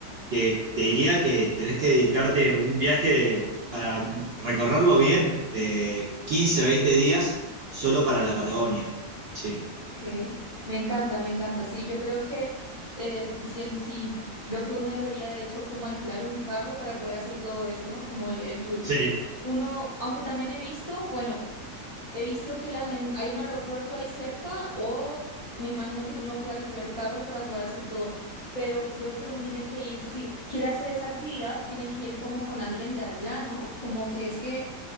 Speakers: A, on the right; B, on the left.
A: que te diría que tenés que dedicarte un viaje de- para recorrerlo bien de 15 20 días solo para la Patagonia. Sí.
B: ok. Me encanta, me encanta. Sí, yo creo que eh, dicien- sí, creo que uno debería de hecho como alquilar un carro para poder hacer todo eso, ¿no? Como el, el tour.
A: Sí.
B: Uno, aunque también he visto, bueno, he visto que la gente, hay un aeropuerto ahí cerca o me imagino que uno puede alquilar carros para poder hacer todo, pero creo que uno tiene que ir, si quiere hacer esa actividad, tiene que ir como con alguien de allá, ¿no? Como que es que